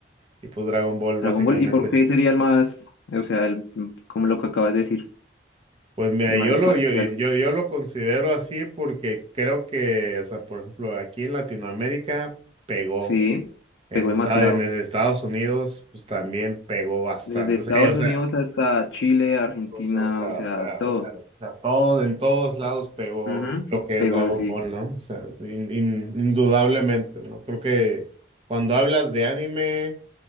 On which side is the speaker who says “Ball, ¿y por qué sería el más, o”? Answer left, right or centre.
Left